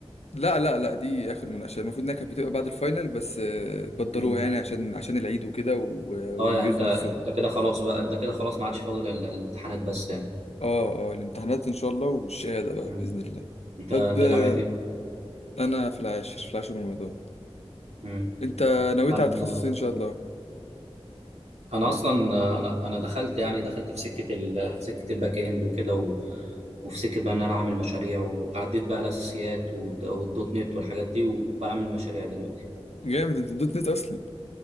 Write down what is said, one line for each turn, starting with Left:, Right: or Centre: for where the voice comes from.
Left: لا لا لا دي اخر مناقشه المفروض انها كانت بتبقى بعد الفاينل بس آه، بدروها
Right: يعني
Left: يعني عشان عشان العيد وكده و- وينجزوا
Right: اه يعني انت انت
Left: نفسهم
Right: كده خلاص بقى انت كده خلاص ما عادش فاضل ال- الامتحانات بس يعني
Left: اه اه الامتحانات ان شاء الله والشهاده بقى
Right: مم.
Left: باذن الله
Right: انت
Left: طب
Right: انت
Left: آه،
Right: جامعة ايه؟
Left: انا في العاشر في العاشر من رمضان
Right: مم.
Left: انت نويت
Right: انا
Left: على تخصص إيه ان شاء الله
Right: انا اصلا انا انا دخلت يعني دخلت في سكة ال... في سكة الباك اند وكده و... وفي سكة بقى ان انا اعمل مشاريع وعديت بقى الاساسيات والد- والدوت نت والحاجات دي وبعمل مشاريع دلوقتي
Left: جامد انت دوت نت اصلا